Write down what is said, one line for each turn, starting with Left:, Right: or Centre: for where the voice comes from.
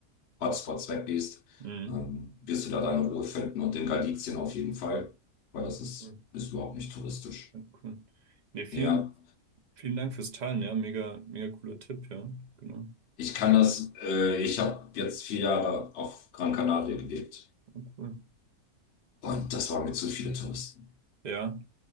Left: Hotspots weggehst,
Right: Mhm.
Left: ähm, wirst du da deine Ruhe finden und in Galizien auf jeden Fall, weil das ist,
Right: Cool.
Left: ist überhaupt nicht touristisch.
Right: Ja, cool. Nee, vielen,
Left: Ja,
Right: vielen Dank fürs Teilen, ja. Mega, mega cooler Tipp, ja. Genau.
Left: ich kann das, äh, ich habe jetzt vier Jahre auf Gran Canaria gelebt
Right: Ja, Cool.
Left: und das waren mir zu viele Touristen.
Right: Ja.